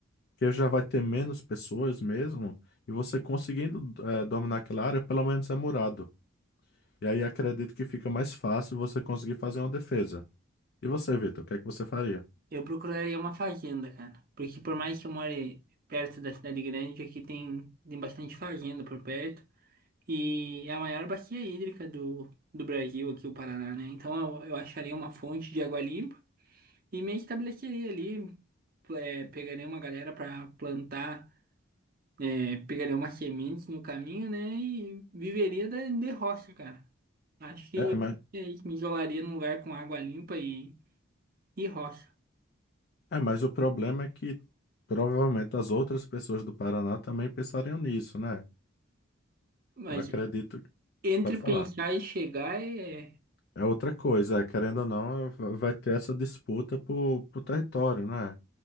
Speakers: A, on the left; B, on the right.
A: que já vai ter menos pessoas mesmo, e você conseguindo eh, dominar aquela área, pelo menos é murado. E aí acredito que fica mais fácil você conseguir fazer uma defesa. E você, Vitor, o que é que você faria?
B: Eu procuraria uma fazenda, cara, porque por mais que eu more perto da cidade grande, aqui tem, tem bastante fazenda por perto e é a maior bacia hídrica do, do Brasil, aqui o Paraná, né? Então eu, eu acharia uma fonte de água limpa e me estabeleceria ali, é, pegaria uma galera pra plantar. é, pegaria uma semente no caminho, né? E viveria da, de roça, cara. Acho que
A: É, mas,
B: é isso, me isolaria num lugar com água limpa e, e roça.
A: é, mas o problema é que provavelmente as outras pessoas do Paraná também pensariam nisso, né?
B: Mas
A: Eu acredito.
B: entre
A: Pode
B: pensar
A: falar.
B: e chegar é
A: É outra coisa, é, querendo ou não, é, va- vai ter essa disputa por, por território, né?